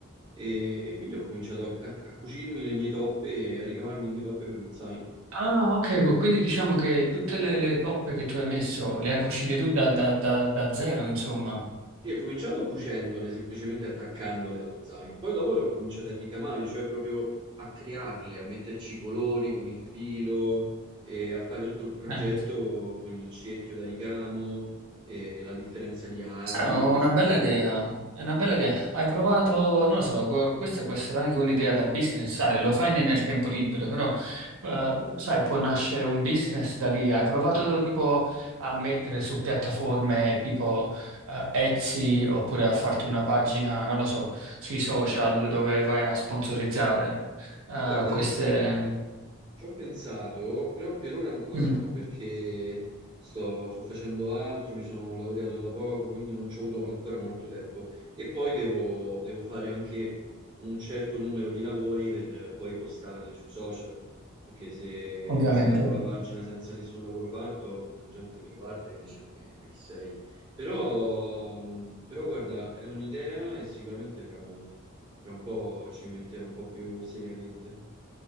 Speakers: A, on the right; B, on the right.
A: E, e quindi ho cominciato a, a- a cucirmi le mie toppe, a ricavarmi le mie toppe per lo zaino.
B: Ah, ok, quindi diciamo che tutte le, le toppe che tu hai messo le hai cucite tu da, da- da- da zero, insomma.
A: Sì, ho cominciato cucendole, semplicemente attaccandole allo zaino. Poi dopo le ho cominciate a ricamare, cioè proprio a crearle, a metterci i colori con il filo, e a fare tutto il progetto
B: Eh.
A: con il cerchio da ricamo, e la differenza di aghi,
B: Sarà una
A: le spesso.
B: bella idea, è una bella idea. Hai provato, non lo so, que- questa può essere anche un'idea da business, sai, lo fai nel nel tempo libero, però, eh, sai, può nascere un business da lì. Hai provato tipo a mettere su piattaforme tipo eh, Etsy oppure a farti una pagina, non lo so, sui social dove vai a sponsorizzare eh,
A: Guarda,
B: queste...
A: Ci ho pensato, però per ora ancora
B: Mm,
A: no, perché sto, sto facendo altro, mi sono laureato da poco, quindi non ci ho avuto ancora molto tempo. E poi devo, devo fare anche un certo numero di lavori per poi postarli sui social, perché se,
B: ovviamente.
A: se apro la pagina senza nessun lavoro fatto, la gente mi guarda e mi dice ma, che, ma chi sei? Però, mh, però guarda, è un'idea e sicuramente fra, fra un po' ci metterò un po' più seriamente.